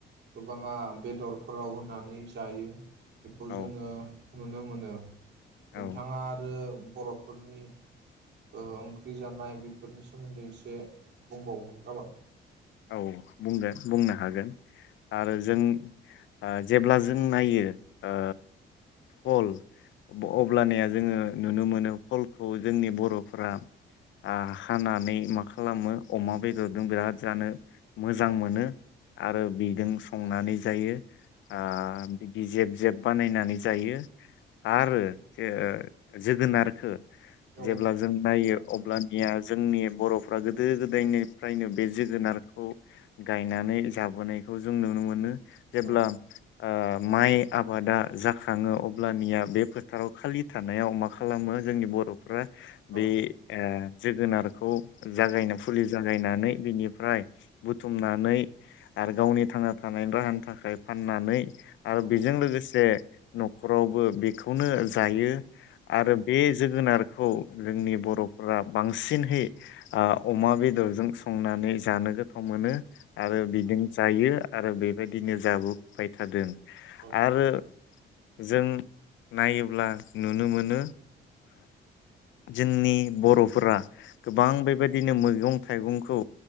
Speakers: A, on the right; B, on the left.
A: गोबाङा बेदरफोराव होनानै जायो। बेखौ
B: औ
A: जोङो नुनो मोनो। नोंथाङा
B: औ
A: आरो बर'फोरनि ओ ओंख्रि जानाय बेफोरनि सो सोमोन्दै एसे बुंबावगोन <unintelligible>
B: औ बुंगोन बुंनो हागोन। आरो जों ओ जेब्ला जों नायो ओ भल अब्लानिया जोङो नुनो मोनो भलखौ जोंनि बर'फोरा आ हानानै माखालामो अमा बेदरजों बिराद जानो मोजां
A: औ
B: मोनो आरो बिदों संनानै जायो ओ बिदि जेब जेब बानायनानै जायो आरो जे जोगोनारखो
A: औ
B: जेब्ला जों नायो
A: औ
B: अब्लानिया जोंनि बर'फ्रा गोदो गोदायनिफ्रायनो बे जोगोनार खौ गायनानै जाबोनायखौ जों नुनो मोनो। जेब्ला
A: औ
B: ओ माइ आबादा जाखाङो अब्लानिया बे फोथाराव खालि थानायाव मा खालामो जोंनि बर' फ्रा
A: औ
B: बे ओ जोगोनारखौ जागायना फुलि ज गायनानै बिनिफ्राय बुथुमनानै आरो गावनि थांना थानायनि राहानि थाखाय फाननानै आरो
A: औ
B: बेजों लोगोसे न'खरावबो बेखौनो जायो आरो बे जोगोनारखौ जोंनि बर'फ्रा बांसिनहै ओ अमा बेदरजों संनानै जानो गो थाव मोनो। आरो बिदों जायो। आरो बेबायदिनो जाबोबाय थादों।
A: औ नंगौ।
B: आरो जों नायोब्ला नुनो मोनो जोंनि बर' फोरा गोबां बेबायदिनो मैगं थाइगंखौ